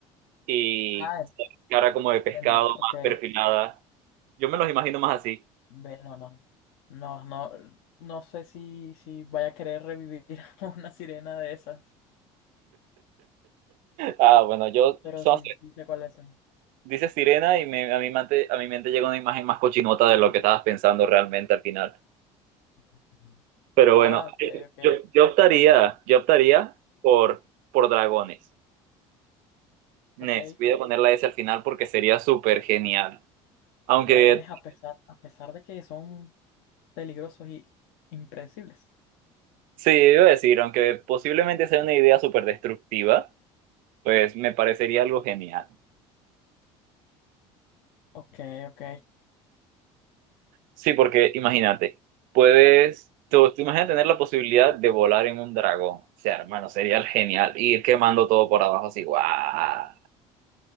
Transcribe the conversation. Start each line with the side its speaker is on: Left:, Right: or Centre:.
Right: y
Left: Ah,
Right: cara como de pescado,
Left: entiendo,
Right: más
Left: ok.
Right: perfilada. Yo me los imagino más así.
Left: Ve, no, no. No, no, no sé si, si vaya a querer revivir <laughs> a una sirena de esas,
Right: Ah, bueno, yo,
Left: pero
Right: son-
Left: sí, sí sé cuáles son.
Right: dice sirena y me- a mi mente, a mi mente llega una imagen más cochinota de lo que estabas pensando realmente al final.
Left: Ujú.
Right: Pero
Left: Ah,
Right: bueno,
Left: ok, ok,
Right: yo, yo optaría, yo optaría por, por dragones.
Left: ok.
Right: Nes, voy a poner la S al final porque sería súper genial. Aunque,
Left: Dragones a pesar, a pesar de que son peligrosos y impredecibles.
Right: sí, iba a decir, aunque posiblemente sea una idea súper destructiva, pues me parecería algo genial.
Left: Ok, ok.
Right: Sí, porque imagínate, puedes, tú, tú imaginas tener la posibilidad de volar en un dragón. O sea, hermano, sería genial ir quemando todo por abajo así, guau.